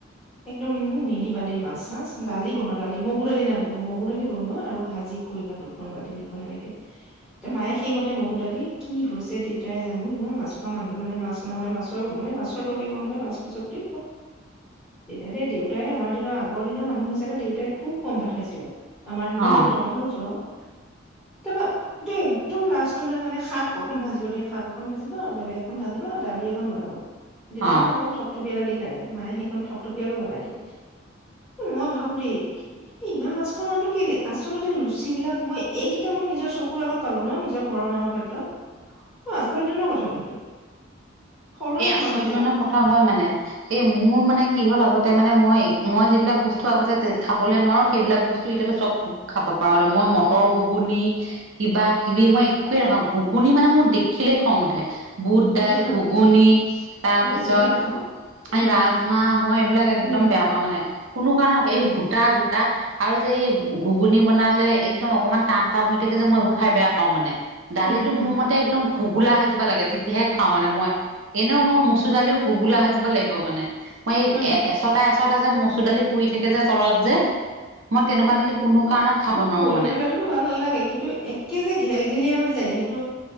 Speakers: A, in the centre; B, on the right (about 85°).
A: একদম মোক নিদিবা দেই মাছ-চাছ, দালি বনোৱা দালি মগু দালি নাম কব মগু দালি বনোৱা আৰু ভাজ জি, কৰিবা দুখন বা তিনিখন এনেকে। তে' মায়ে সেইমতে মগু দালি, কি হৈছে দেতাই জানো ইমান মাছ খোৱা মানটো মানে মাছ নহলে মাছৰ মানে মাছৰ তৰকাৰী <unintelligible> দেউতাই আমাৰ দিনৰ আগৰ দিনৰ মানুহ হিচাপে দেউতাই খুব কম ভাত খাইছিলে। আমাৰ মোৰ
B: অ
A: দেউতাৰ কথা কৈছো আও। তাৰপা এইটো একদম লাষ্টলৈ মানে শাক অকন ভাজিব দিয়ে শাক অকন ভাজিবা বেলেগ এখন ভাজিব আৰু দালি একন বাবা তেতিয়া
B: অ
A: মানে অলপ থপথপীয়া ডালি খাই মানে মায়ে সেইখন থপথপিয়াকে বনাই দিয়ে মই ভাবো দেই ইমান মাছখ মানতটো কেলে আচলতে ৰুচি বিলাক মই এইকেইটা মই নিজৰ চকুৰ আগত পালো ন নিজৰ ঘৰৰ মানুহৰ ক্ষেত্ৰ অ আচৰিত ধৰণৰ কথা কিন্তু সলনি
B: এ আচৰিত
A: হোৱাটো যে
B: ধৰণৰ কথা হয় মানে এই মোৰ মানে কি হ'ল আগতে ত মানে মই মই যিবিলাক বস্তু আগতে খাবলে নোৱাৰো সেইবিলাক বস্তু এতিয়াাতো চব খাব পৰা হ'ল মই মটৰ গুগুনি কিবা কিবি মই একোৱে নখাওঁ ঘুগুনী মানে মোৰ দেখিলে খং উঠে বুট দাইল
A: মই
B: ঘ ঘূগুণী তাৰপিছত
A: মই এতিয়াও নাখাও উম
B: এই ৰাজমাহ মই এইবিলাক একদম
A: উম
B: বেয়া পাওঁ মানে কোনো কাৰণৰ
A: উম
B: এই সূতা গো এটা আৰু যে এই ঘুগুনি বনালে একদম অকমান টান টান হৈ থাকে যে মই এইবোৰ খাই বেয়া পাওঁ মানে দালিটো
A: উম উম
B: মোৰ মতে একদম ঘুগোলা হৈ যাব লাগে তেতিয়াহে খাওঁ মানে মই এনেও মই মচুৰ দালিও ঘুগোলা হৈ যাব লাগিব মানে মই এই
A: হয় নেকি
B: এচটা এচটা এচটা যে মচুৰ দালি পৰি থাকে যে তলত যে মই তেনেকুৱা
A: উম
B: দালি
A: উম
B: কোনো কাৰণত খাব
A: ন
B: নোৱাৰো
A: পঢ়ি
B: মানে
A: থকাটোতো ভাল নালাগে কিন্তু একে যে ঘেলঘেলীয়াা হৈ যায় সেই